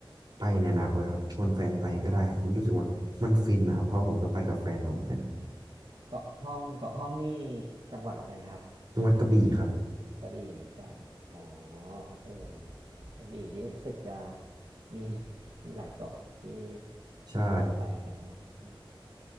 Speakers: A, on the right; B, on the right.
A: ไปในอนาคตครับชวนแฟนไปก็ได้ครับมันรู้สึกว่ามันฟินนะครับ เพราะผมก็ไปกับแฟนมาเหมือนกันครับ
B: เกาะห้องเกาะห้องนี่จังหวัดอะไรนะครับ
A: จังหวัดกระบี่ครับ
B: กระบี่เหมือนกัน อ๋อ เออ กระบี่นี่รู้สึกจะมีมีหลายเกาะที่
A: ใช่
B: คนไปกันเนาะอ